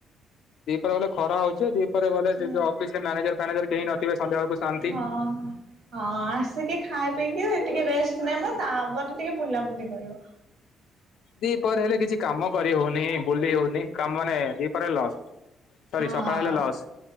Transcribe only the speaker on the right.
ହୁଁ
ହଁ ହଁ। ହଁ ଆସିକି ଖାଇ ପିଇକି ଟିକେ ରେଷ୍ଟ୍ ନେବ ତାପରେ ଟିକେ ବୁଲାବୁଲି କରିବ।
ହଁ